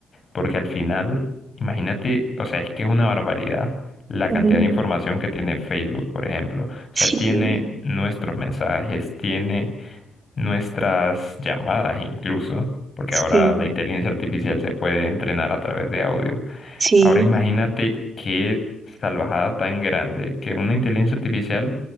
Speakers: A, on the left; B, on the right.
A: Porque al final, imagínate, o sea, es que es una barbaridad la
B: ujú,
A: cantidad de información que tiene Facebook, por ejemplo. O
B: sí,
A: sea, tiene nuestros mensajes, tiene nuestras llamadas incluso, porque
B: sí,
A: ahora la inteligencia artificial se puede entrenar a través de audio.
B: sí,
A: Ahora imagínate qué salvajada tan grande que una inteligencia artificial